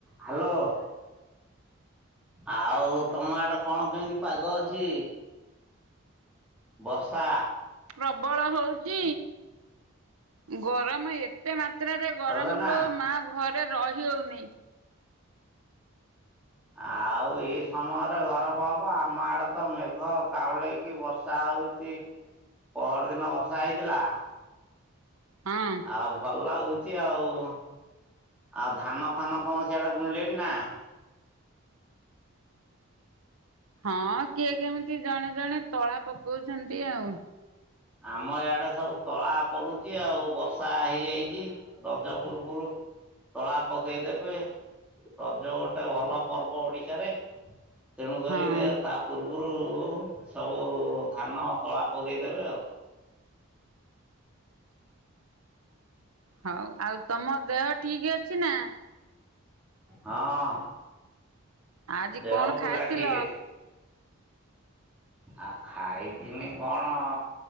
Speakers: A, in the centre; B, on the right.
A: ହାଲୋ। ଆଉ ତମ ଆଡ କଣ କେମିତି ପାଗ ଅଛି? ବର୍ଷା।
B: ପ୍ରବଳ ହୋଉଚି। ଗରମ ଏ ତେ ମାତ୍ରାରେ ଗରମ
A: ହବନା?
B: ଲୋ ମା ଘରେ ରହି ହୋଉନି।
A: ଆଉ ଏ ସମୟରେ ଗରମ ହବ ଆମ ଆଡେ ତ ମେଘ କାଉଁଳେଇକି ବ ର୍ଷା ହୋଉଚି। ପହଅର ଦିନ ବର୍ଷା ହେଇଥିଲା।
B: ହଁ
A: ଆଉ ଭଲ ଲାଗୁଚି ଆଉ। ଆଉ ଧାନ ଫାନ ତମ ସିଆଡେ ବୁଣିଲେଣିି ନା?
B: ହଁ କିଏ କେମିତି ଜଣେ ଜଣେ ତଳା ପକୋଉଛନ୍ତି ଆଉ।
A: ଆମ ଇଆଡେ ସବୁ ତଳା ପଡୁଚି ଆଉ ବର୍ଷା ହେଇଯାଇଚି। ରଜ ପର୍ବରୁ ତଳା ପକେଇଦେବେ। ରଜ ଗୋଟେ ଭଲ ପର୍ବ ଓଡ଼ିଶାରେ। ତେଣୁକରି
B: ହଁ
A: ରେ ତା ପୂର୍ବୁରୁ ସବୁ ଧାନ ତଳା ପକେଇଦେବେ ଆଉ।
B: ହଉ ଆଉ ତମ ଦେହ ଠିକ୍ ଅଛି ନାଁ?
A: ହଁ,
B: ଆଜି
A: ଦେହ
B: କଣ ଖାଇଥିଲ?
A: ପୁରା ଠିକ୍ ଅଛି। ଆଉ ଖାଇଥିନି କଣ